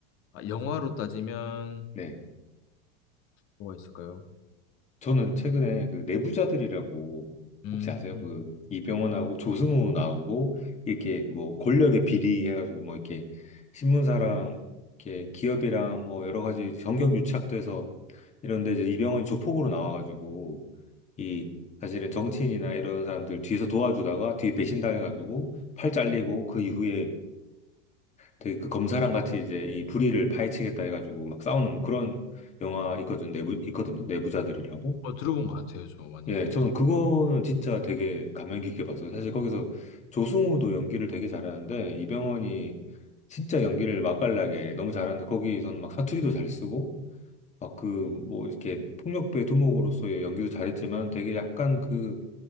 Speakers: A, on the left; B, on the left.
A: 아, 영화로 따지면,
B: 네.
A: 뭐가 있을까요?
B: 저는 최근에 그 내부자들이라고
A: 음,
B: 혹시 아세요? 그 이병헌하고 조승우 나오고 이렇게 뭐 권력의 비리 해가지고 뭐 이렇게 신문사랑 이렇게 기업이랑 뭐 여러 가지 정경 유착돼서 이런데 이제 이병헌이 조폭으로 나와가지고 이 사실은 정치인이나 이런 사람들 뒤에서 도와주다가 뒤에 배신당해가지고 팔 잘리고 그 이후에 되게 그 검사랑 같이 이제 이 불의를 파헤치겠다 해가지고 막 싸우는 뭐 그런 영화 있거든, 내부, 있거든요. 내부자들이라고.
A: 어, 들어본 것 같아요, 저 많이.
B: 예, 저는 그거는 진짜 되게 감명 깊게 봤어요. 사실 거기서 조승우도 연기를 되게 잘하는데 이병헌이 진짜 연기를 맛깔나게 너무 잘하는데 거기서는 막 사투리도 잘 쓰고 막 그 뭐 이렇게 폭력배 두목으로서의 연기도 잘했지만 되게 약간 그